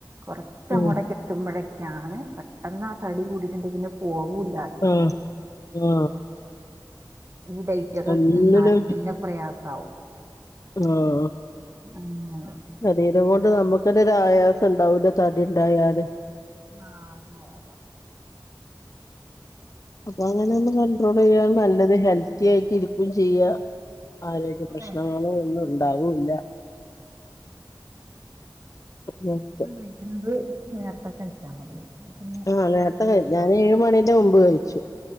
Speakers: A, on the right; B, on the left.
A: കൊറച്ചങ്ങോട്ടെക്ക
B: ഉം
A: ത്തുമ്പോഴേക്കാണ് പെട്ടെന്ന് ആ തടി കൂടിട്ട്ണ്ടങ്കില് പോകൂല്ല.
B: ഏഹ് ആഹ്
A: ഈ ഡൈറ്റൊക്ക
B: ഒന്നിനും
A: ന്നാലും പിന്നെ പ്രയാസാവും
B: ആഹ്
A: അങ്ങനെ
B: ശരീരം കൊണ്ട് നമുക്ക്ന്നെ ഒരു ആയാസം ണ്ടാവൂല തടിണ്ടായാല്.
A: ആഹ് അതെ അതെ
B: അപ്പൊ അങ്ങനെ ഒന്ന് കണ്ട്രോളയ്യാ നല്ലത് ഹെൽത്തി ആയിട്ട് ഇരിക്കും ചെയ്യാ. ആരോഗ്യ
A: അതെ
B: പ്രശ്നങ്ങളോ
A: അതെ
B: ഒന്നും
A: അതെ അതെ
B: ഉണ്ടാവൂല്ല. നേരത്തെ
A: ഭഷ്ണം കഴിക്ക്‌ന്നത് നേര്ത്തെ കഴിച്ചാ മതി. പിന്നെ
B: ആഹ് നേരത്തെ
A: ശരിയായിക്കോളും
B: ക ഞാനേഴ് മണിന്റെ മുമ്പ് കഴിച്ചു.